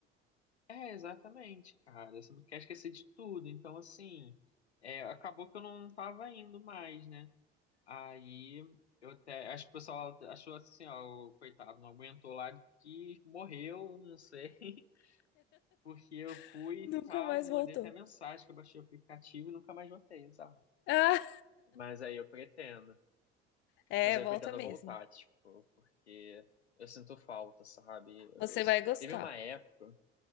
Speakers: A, on the left (about 85°); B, on the left (about 35°).
A: É, exatamente, cara. Você não quer esquecer de tudo. Então, assim, é, acabou que eu não tava indo mais, né? Aí eu até. Acho que o pessoal achou assim, ó, o coitado, não aguentou lá que morreu, não sei. <laughs> Porque eu
B: <laughs>
A: fui
B: Nunca
A: e tal,
B: mais voltou.
A: mandei até mensagem
B: <laughs>
A: que eu baixei o aplicativo e nunca mais voltei, sabe?
B: Ah,
A: Mas aí eu pretendo.
B: É,
A: Mas aí
B: volta
A: eu pretendo
B: mesmo.
A: voltar, tipo, porque eu sinto falta, sabe? Eu-
B: Você vai gostar.
A: Teve uma época.